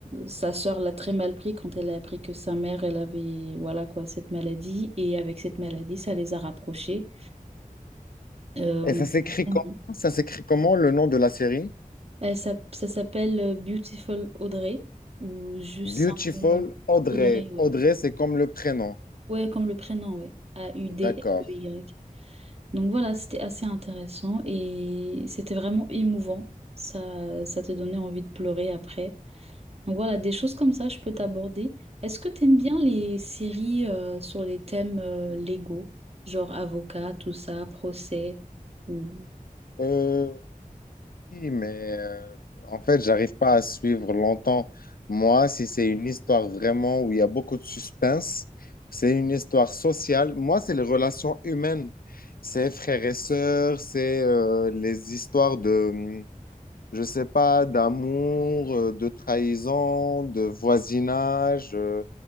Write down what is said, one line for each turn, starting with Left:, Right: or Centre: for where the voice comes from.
Right: sa sœur l'a très mal pris quand elle a appris que sa mère, elle avait voilà quoi, cette maladie. Et avec cette maladie, ça les a rapprochés. Euh,
Left: ça s'écrit
Right: on-
Left: comment? Ça s'écrit comment le nom de la série?
Right: Elle s'app- ça s'appelle euh, Beautiful Audrey ou juste
Left: Beautiful
Right: simplement
Left: Audrey.
Right: Audrey, ouais.
Left: Audrey, c'est comme le prénom.
Right: Ouais, comme le prénom, ouais. A-U-D-R-E-Y.
Left: D'accord.
Right: Donc voilà, c'était assez intéressant et c'était vraiment émouvant. Ça, ça te donnait envie de pleurer après. Donc voilà, des choses comme ça, je peux t'aborder. Est-ce que t'aimes bien les séries euh, sur les thèmes euh, légaux, genre avocat, tout ça, procès ou...
Left: Euh, oui, mais euh, en fait, j'arrive pas à suivre longtemps. Moi, si c'est une histoire vraiment où il y a beaucoup de suspense, c'est une histoire sociale. Moi, c'est les relations humaines. C'est frères et sœurs, c'est euh, les histoires de, hum, je sais pas, d'amour, euh, de trahison, de voisinage, euh,